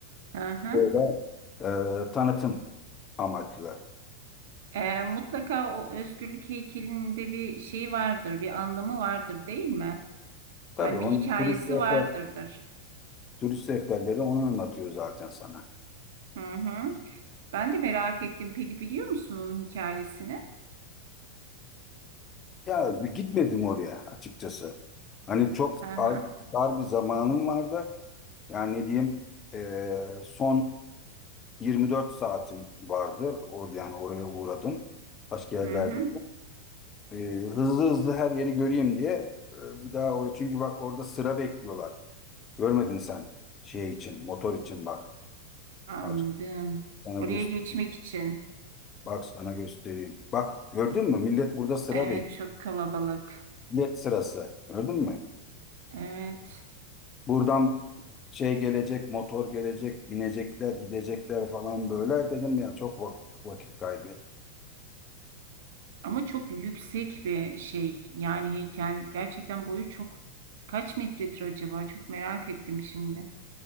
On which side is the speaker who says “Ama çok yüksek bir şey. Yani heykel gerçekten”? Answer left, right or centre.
Right